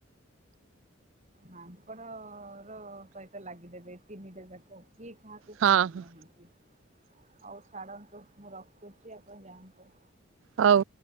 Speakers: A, on the right; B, on the right.
A: ମାପଡ଼ ର ସହିତ ଲାଗିଦେବେ ତିନିଟା ଯାକ କିଏ ଖା କମ୍
B: ହଁ
A: ନୁହନ୍ତି
B: ହଁ
A: ଆଉ ଛାଡନ୍ତୁ ମୁଁ ରଖୁଛି ଆପଣ ଯାଆନ୍ତୁ।
B: ହଉ।